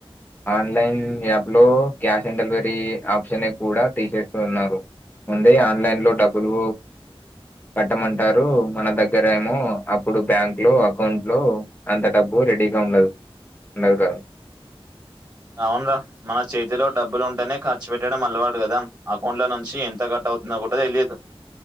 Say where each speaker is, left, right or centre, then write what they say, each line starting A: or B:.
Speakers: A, on the left; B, on the right.
A: ఆన్లైన్ యాప్ లో క్యాష్ ఆన్ డెలివరీ ఆప్షన్ కూడా తీసేస్తున్నారు ఉంది ఆన్లైన్ లో డబ్బులు కట్టమంటారు మన దగ్గర ఏమో అప్పుడు బ్యాంక్ లో అకౌంట్ లో అంత డబ్బు రెడీగా ఉండదు ఉండదు కదా
B: అవును రా మన చేతిలో డబ్బులు ఉంటేనే ఖర్చు పెట్టడం అలవాటు గదా అకౌంట్ లో నుంచి ఎంత కట్ అవు నాగూడ తెలియదు